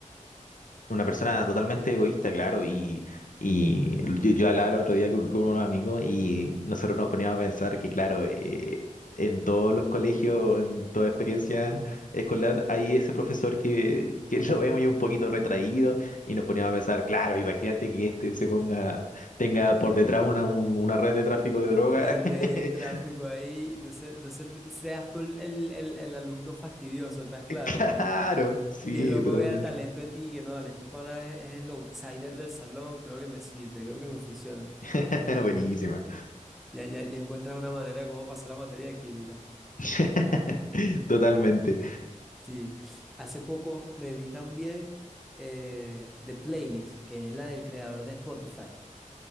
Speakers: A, on the left; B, in the centre.
A: Una persona totalmente egoísta, claro, y, y yo, yo hablaba el otro día con, con unos amigos y nosotros nos poníamos a pensar que, claro, eh, en todos los colegios, en toda experiencia escolar, hay ese profesor que, <laughs> que lo vemos y un poquito retraído y nos poníamos a pensar, claro, imagínate que este se ponga, tenga por detrás una, un- una red de tráfico de droga.
B: La red
A: <laughs>
B: de tráfico ahí, entonces, entonces seas tú el, el- el- el alumno fastidioso, ¿estás claro?
A: Claro,
B: Y,
A: sí,
B: y el loco
A: totalmente.
B: vea talento en ti, que no, vale, este pana es, es el outsider del salón, creo que me sirve, creo que me funciona.
A: <laughs> Buenísima.
B: Ya, ya, ya encuentras una manera de cómo pasar la materia de química.
A: <laughs> Totalmente.
B: Sí, hace poco me vi también eh, The Playlist, que es la del creador de Spotify.